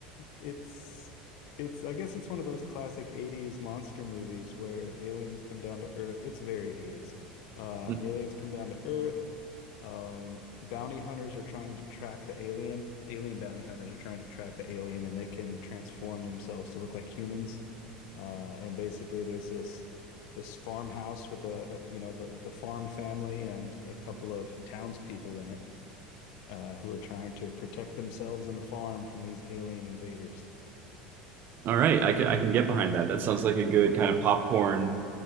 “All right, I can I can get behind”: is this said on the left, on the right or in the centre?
Right